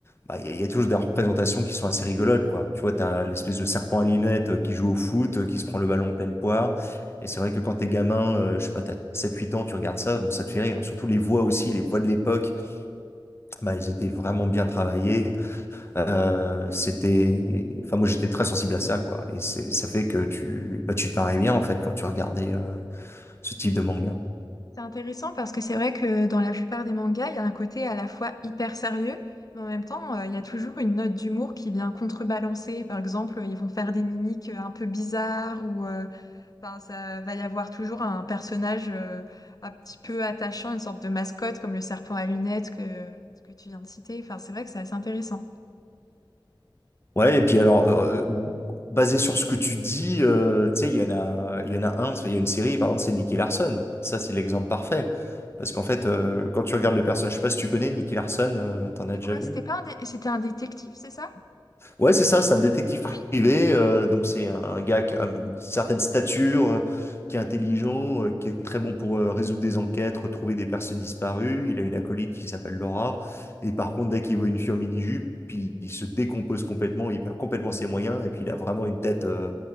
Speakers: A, on the left (about 30°); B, on the left (about 45°).
A: bah, il y a, il y a toujours des représentations qui sont assez rigolotes quoi. Tu vois t'as l'espèce de serpent à lunettes euh, qui joue au foot, euh, qui se prend le ballon en pleine poire. Et c'est vrai que quand t'es gamin, euh, je sais pas, t'as sept huit ans, tu regardes ça, bon ça te fait rire. Surtout les voix aussi, les voix de l'époque, bah elles étaient vraiment bien travaillées. Euh, c'était, enfin moi j'étais très sensible à ça quoi. Et c'est, ça fait que tu, bah tu te marrais bien en fait quand tu regardais euh, ce type de manga.
B: C'est intéressant parce que c'est vrai que dans la plupart des mangas, il y a un côté à la fois hyper sérieux, mais en même temps, euh, il y a toujours une note d'humour qui vient contrebalancer. Par exemple, ils vont faire des mimiques euh, un peu bizarres ou euh, enfin, ça va y avoir toujours un personnage euh, un petit peu attachant, une sorte de mascotte comme le serpent à lunettes que, que tu viens de citer. Enfin, c'est vrai que c'est assez intéressant.
A: Ouais et puis alors euh, basé sur ce que tu dis, euh, tu sais il y en a, il y en a un, enfin, il y a une série par exemple c'est Nicky Larson. Ça c'est l'exemple parfait parce qu'en
B: Oui.
A: fait euh, quand tu regardes le personnage, je sais pas si tu connais Nicky Larson, euh, t'en as
B: C'est
A: déjà
B: quoi?
A: vu?
B: C'était pas un dé- c'était un détective, c'est ça?
A: Ouais, c'est ça, c'est un détective
B: Oui.
A: privé, euh, donc c'est un gars qui a une certaine stature, euh, qui est intelligent, euh, qui est très bon pour euh, résoudre des enquêtes, retrouver des personnes disparues. Il a une acolyte qui s'appelle Laura, et par contre, dès qu'il voit une fille en mini-jupe, il, il se décompose complètement, il perd complètement ses moyens, et puis il a vraiment une tête euh,